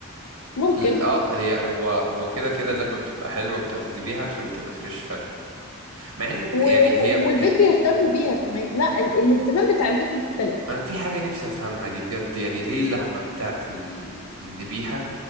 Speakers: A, on the left; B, on the right.
A: ممكن
B: ال- اه هي هو هو كده كده اللحمه بتبقى حلوه بتعتدي بيها عشان بتبقى فريش فعلا مع ان
A: و-
B: يعني
A: و-
B: هي
A: والبيت
B: هي
A: بيهتموا بيها كمان لا ال- الاهتمام بتاع البيت مختلف
B: انا في حاجه نفسي افهمها دي بجد يعني ليه اللحمه بتاعت ال- الذبيحه